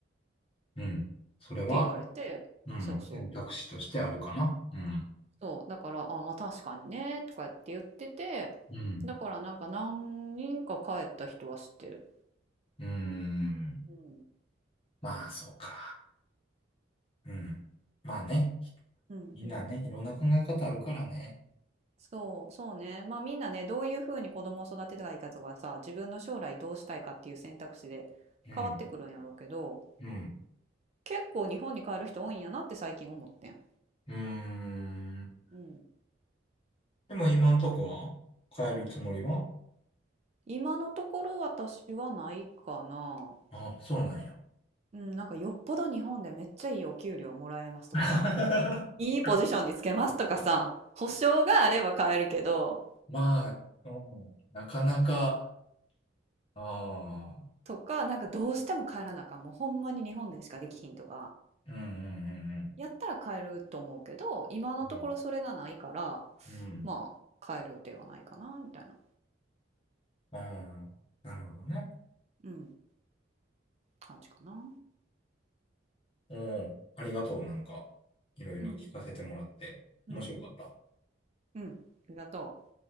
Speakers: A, on the left; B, on the right.
A: うん。それは、
B: て言われて、
A: うん。
B: そうそう、
A: 選択肢としてあるかな。うん。
B: そう、だから、あ、まあ確かにね、とかって言ってて、
A: うん。
B: だからなんか何人か帰った人は知ってる。
A: うーん。
B: うん、
A: まあ、そうか。うん。まあね。
B: うんうん。
A: みんなね、いろんな考え方あるからね。
B: そう、そうね。まあみんなね、どういうふうに子供を育てたらいいかとかさ、自分の将来どうしたいかっていう選択肢で変わってくるんやろうけど、
A: うん。うん。
B: 結構日本に帰る人多いんやなって最近思ってん。
A: うーん。
B: うん。
A: でも今んとこは変えるつもりは
B: 今のところ私はないかな。
A: あ、そうなんや。
B: うん、なんかよっぽど日本でめっちゃいいお給料もらえますとかさ、
A: <laughs>
B: いいポジションにつけますとかさ、保証があれば買えるけど、
A: まあ、うんなかなか、ああ、
B: とか、なんかどうしても帰らなあかん、もうほんまに日本でしかできひんとか、
A: うんうん
B: やったら買えると思うけど、今のところそれがないから、
A: うんうん。うん。うん。
B: まあ、買える予定はないかな、みたいな、
A: ああ、なるほどね。
B: うん、感じかな。
A: おお、ありがとう。なんか、いろいろ聞かせてもらって、
B: うん、うん、
A: 面白かった。
B: うん、ありがとう。